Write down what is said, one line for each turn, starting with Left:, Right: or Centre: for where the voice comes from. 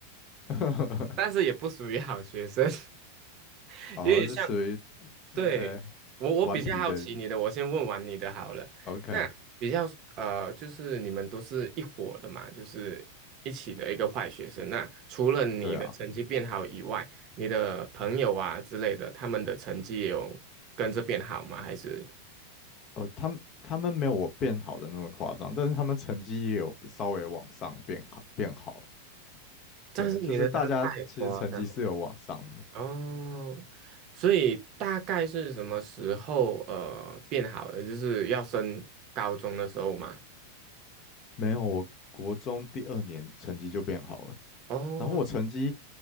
Left: <laughs>
Right: <laughs> 但是也不属于好学生，<laughs>
Left: 哦，
Right: 因为像
Left: 是属于
Right: 对，
Left: OK
Right: 我我比较好奇你的，
Left: 顽皮的
Right: 我先问完你的好了。
Left: OK，
Right: 那比较呃，就是你们都是一伙的嘛，就是一起的一个坏学生。那除了你的成绩变好以外，
Left: 对啊，
Right: 你的朋友啊之类的，他们的成绩也有跟着变好吗？还是？
Left: 哦，他们他们没有我变好的那么夸张，但是他们成绩也有稍微往上变好变好，
Right: 但是你的真的太夸张了
Left: 对，就是大家其实成绩是有往上的，
Right: 哦，所以大概是什么时候呃变好的？就是要升高中的时候嘛。
Left: 没有我国中第二年成绩就变好了，
Right: 哦，
Left: 然后我成绩